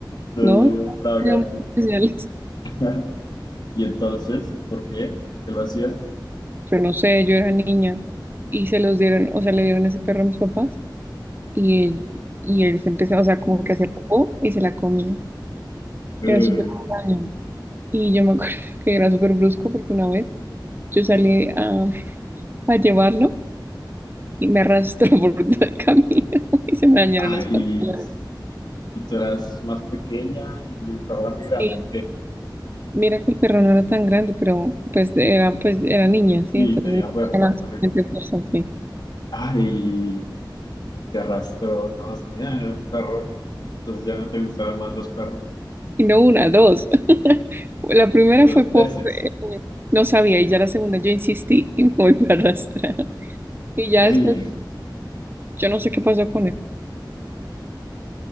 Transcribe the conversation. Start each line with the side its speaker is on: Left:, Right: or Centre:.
Left: eran
Right: ¿no?
Left: extravagantes.
Right: Muy especiales.
Left: <laughs> Y entonces, ¿y por qué? ¿Por qué lo hacía? <laughs>
Right: Yo no sé, yo era niña y se los dieron, o sea, le dieron ese perro a mis papás y él, y él se empezaba, o sea, como
Left: Mm.
Right: que hacía popó y se la comía.
Left: Eh,
Right: Era súper extraño. Y yo me acuerdo <laughs> que era súper brusco porque una vez yo salí a, a llevarlo y me arrastró <laughs> por todo el camino <laughs> y se me dañaron
Left: ay,
Right: los pantalones.
Left: Y tú eras más pequeña y el perro era muy grande,
Right: Sí.
Left: ¿o qué?
Right: Mira que el perro no era tan grande, pero pues era, pues era niña, ¿sí?
Left: Sí,
Right: Entonces
Left: tenía
Right: no
Left: fuerza
Right: tenía
Left: el
Right: la
Left: perrito.
Right: suficiente fuerza, sí.
Left: Ay, te arrastró, no, es que ya el perro. Entonces ya no te gustaron más los perros,
Right: Y no una, dos. <laughs> La primera
Left: los
Right: fue
Left: peces.
Right: por... eh, no sabía, y ya la segunda yo insistí y me volví a arrastrar. Y ya
Left: Ay,
Right: después, yo no sé qué pasó con él.